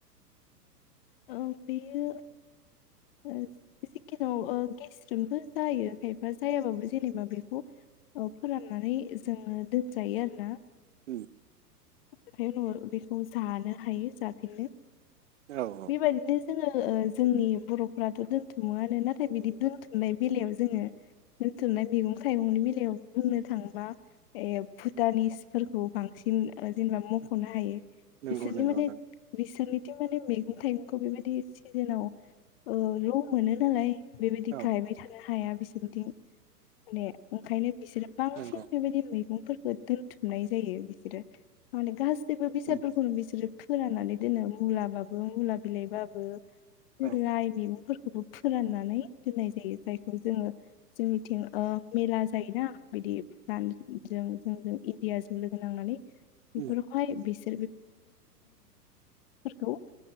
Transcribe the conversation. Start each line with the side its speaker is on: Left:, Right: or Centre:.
Left: औ बेयो ओ जेखन' ओ गेस्रोमबो जायो। खायफा जायाबाबो जेनेबा बेखौ फोराननानै जोङो दोनजायो आरो ना,
Right: ओम
Left: ओमफ्राय उनाव बेखौ जानो हायो जाफिनो,
Right: औ औ
Left: बेबायदिनो जोङो ओ जोंनि बर'फोराथ' दोनथुमोआनो नाथाय बिदि दोनथुमनाय बेलायाव जोङो दोनथुमनाय मैगं थाइगंनि बेलायाव बुंनो थाङोबा ए भुटानिसफोरखौ बांसिन ओ जेनेबा मख'नो हायो।
Right: नंगौ
Left: बिसोरनि
Right: नंगौ
Left: माने
Right: नंगौ
Left: बिनिथिं माने मै मैगं थाइगंखौ बेबायदि सिजोनाव ओ ल' मोनो नालाय। बेबायदि
Right: औ
Left: गायबाय
Right: औ
Left: थानो हाया बिसोर, बिथिं माने ओंखायनो बिसोरो बांसिन
Right: नंगौ
Left: बेबायदि मैगंफोर दोनथुमनाय जायो बिसोरो माने गा गासिबो बेसादफोरखौनो
Right: उम
Left: बिसोरो फोरानानै दोनो मुलाबाबो बो मुला बिलाइबाबो
Right: औ
Left: लाइ मेगंफोर फोराननानै दोननाय जायो, जायखौ जोङो जोंनिथिं ओ मेला जायोना बिदि जों जों इण्डियाजों लोगो नांनानै, बेफोरफाय
Right: उम
Left: बिस <unintelligible>